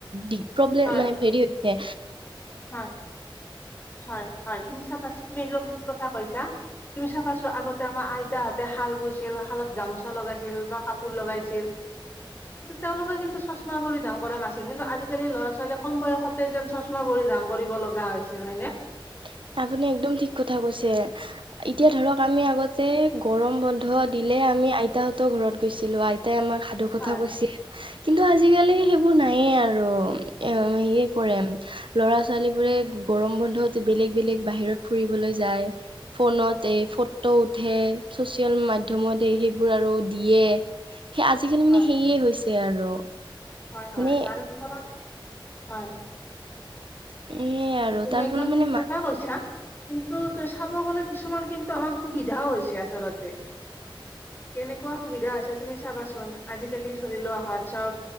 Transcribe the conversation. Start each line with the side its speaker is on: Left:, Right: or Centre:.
Right: দি প্ৰব্লেম
Left: হয়
Right: মানে হেৰি হৈ থাকে।
Left: হয়, হয়, হয়, তুমি চাবাচো তুমি একদম ঠিক কথা কৈছা। তুমি চাবাচোন আগতে আমাৰ আইতাহঁতে শাল বৈছিল, শালত গামোচা লগাইছিল, বা কাপোৰ লগাইছিল। তেওঁলোকে কিন্তু চশমা পৰিধান কৰা নাছিল, কিন্তু আজিকালি ল'ৰা ছোৱালীয়ে কম বয়সতে যেন চশমা পৰিধান কৰিব লগা হৈছে হয়নে।
Right: <inaudible> আপুনি একদম ঠিক কথা কৈছে। এতিয়া ধৰক আমি আগতে গৰম বন্ধ দিলে। আমি আইতাহঁতৰ ঘৰত গৈছিলো। আইতাই আমাক সাধু কথা
Left: হয়
Right: কৈছে। কিন্তু আজিকালি সেইবোৰ নায়েই আৰু, এ হেৰি কৰে, ল'ৰা ছোৱালীবোৰে গৰমবন্ধত বেলেগ বেলেগ বাহিৰত ফুৰিবলৈ যায়, ফোনত এই ফটো উঠে, চচিয়েল মাধ্যমত সেইবোৰ আৰু দিয়ে, সেই আজিকালি
Left: হয়
Right: মানে সেইয়েই হৈছে আৰু।
Left: হয় হয়
Right: মানে
Left: আৰু ঘৰত, হয়।
Right: সেয়ে আৰু
Left: তুমি
Right: তাৰ
Left: একদম
Right: ফলত মানে
Left: ঠিক
Right: মা-
Left: কথা কৈছা। কিন্তু তই চাব গ'লে কিছুমান কিন্তু আমাৰ সুবিধাও হৈছে আচলতে। কেনেকুৱা সুবিধা হৈছে, তুমি চাবাচোন। আজিকালি ধৰি লোৱা, হোৱাটছপ